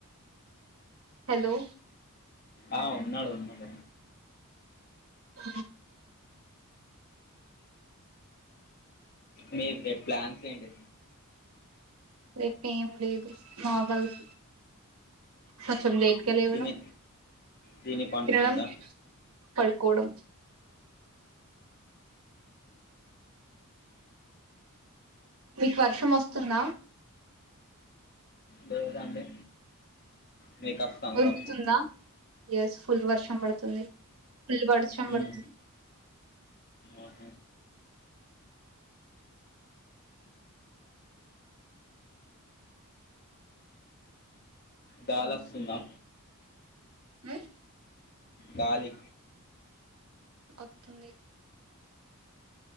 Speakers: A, on the right; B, on the left.
A: హెలో
B: ఆ ఉన్నాడు ఉన్నాడు
A: అ
B: మీర్ రేప్ ప్లాన్స్ ఏంటి
A: రేప్ ఏం లేదు నార్మల్గ కొంచెం లేట్ గ లేవడం
B: తిని తిని పండుకున్నాడా
A: తినడం పడుకోవడం మీకు వర్షం వస్తుంద
B: లేదండి మీ కస్త
A: ఉరుకుతుందా
B: వర్ష
A: ఎస్ ఫుల్ వర్షం పడుతుంది ఫుల్ వర్షం
B: మ్
A: పడుతుంది
B: ఉ ఆహ గాలోస్తుందా
A: ఉమ్
B: గాలి
A: వస్తుంది